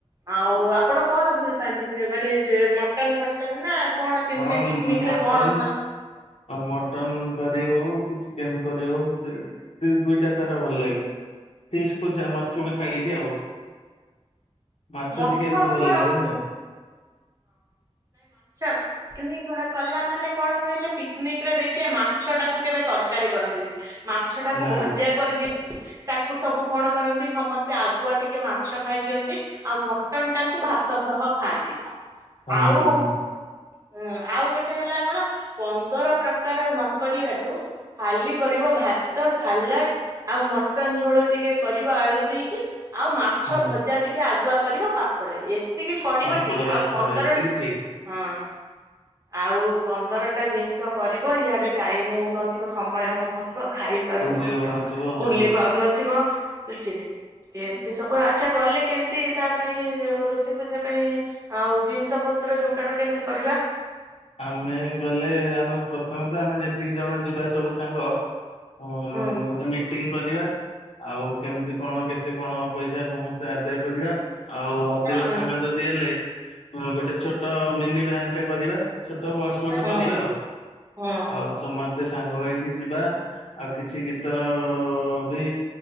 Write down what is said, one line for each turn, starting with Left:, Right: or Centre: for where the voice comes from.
Right: ଆଉ ଆପଣ କଣ ଭଲ ପାଆନ୍ତି ଖେ ମାନେ ଏ ଯେ ମଟନ ଫଟନ ନା କଣ କେମିତି
Left: ହଁ
Right: ପିକନିକ
Left: ମଟନ୍
Right: ରେ କଣ କଲେ
Left: ଆଉ ମଟନ୍ କରି ହୋଉ କିଛି କେନ କରି ହୋଉ ଯେ <unintelligible> ଦୁଇଟା ସାରା ଭଲ ଲାଗେ। <unintelligible> ମାଛକୁ ଛାଡିକି ଆଉ ମାଛ
Right: ମଟନ
Left: ଟିକେ ଏତେ ଭଲ
Right: କଣ
Left: ଲାଗେନି ଆଉ।
Right: ପିକନିକ୍ ହ କଲା ମାନେ କଣ କହିଲେ ପିକନିକ୍ ରେ ଦେଖିଏ ମାଛ ଟାକୁ କେବେ ତରକାରୀ କରନ୍ତିନି ମାଛଟାକୁ
Left: ନା।
Right: ଭଜା କରିଦିଅ ତାକୁ ସବୁ କଣ କରନ୍ତି ସମସ୍ତ ତ ଆଗୁଆ ଟିକେ ମାଛ ଖାଇଦିଅନ୍ତି ଆଉ ମଟନ୍ ଟାକୁ ଭାତ ସହ ଖାଆନ୍ତି।
Left: ଖାଆନ୍ତୁ
Right: ଆଉ।
Left: ହଁ
Right: ହୁଁ ଆଉ ଗୋଟେ ହେଲା କଣ ପନ୍ଦର ପ୍ରକାର ନକରିବାଠୁ ଖାଲି କରିବ ଭାତ ସାଲାଡ ଆଉ ମଟନ୍ ଝୋଳ ଟିକେ କରିବ ଆଳୁ ଦେଇକ କି ଆଉ ମାଛ
Left: ହଁ
Right: ଭଜା ଟିକେ ଆଗୁଆ କରିବ ପାମ୍ପଡ ଏ ତିକି କରିବ
Left: ପାମ୍ପଡ
Right: ଠିକ
Left: ବାସ
Right: ଆଉ ପନ୍ଦର
Left: ଏତିକି ଠିକ।
Right: ହଁ। ଆଉ ପନ୍ଦରଟା ଜିନିଷ କରିବ ଇଆଡେ ଟାଇମ୍ ହଉନଥିବ ସମୟ ହଉନଥିବ ଖାଇ ପାରୁନଥିବ
Left: ପୋଲି ହଉନଥିବ ହଁ
Right: ବୁଲି ପାରୁନଥିବ। ବୁଝିଲେ ଏମତି ସବୁ ଆଚ୍ଛା ଗଲେ କେମିତି ତା ପାଇଁ ରୋଷେଇ ଫୋଷେଇ ପାଇଁ ଆଉ ଜିନିଷ ପତ୍ର ଯୋଗାଡ କେମିତି କରିବା?
Left: ଆମେ ଗଲେ ଆମେ ପ୍ରଥମେ ତ ଆମେ ଯେତିକି ଜଣ ଯିବା ସବୁ ସାଙ୍ଗ ଅଁ
Right: ହୁଁ
Left: ଗୋଟେ ମି ଟିଙ୍ଗ କରିବା ଆଉ କେମିତି କଣ କେତେ କଣ ପଇସା ସମସ୍ତେ ଆଦାୟ କରିବା ଆଉ ଅଧିକ
Right: ହୁଁ
Left: ସାଙ୍ଗ ଯଦି ହେଲେ ଗୋଟେ ଛୋଟ ମିନି ଭ୍ୟାନ୍ ରେ କରିବା। ଛୋଟ ବସ ଗୋଟେ
Right: ହୁଁ
Left: କରିବା
Right: ହୁଁ
Left: ଆଉ
Right: ହୁଁ
Left: ଆଉ ସେମି ସମସ୍ତେ ସାଙ୍ଗ ହେଇକି ଯିବା ଆଉ କିଛି ଗୀତର ବି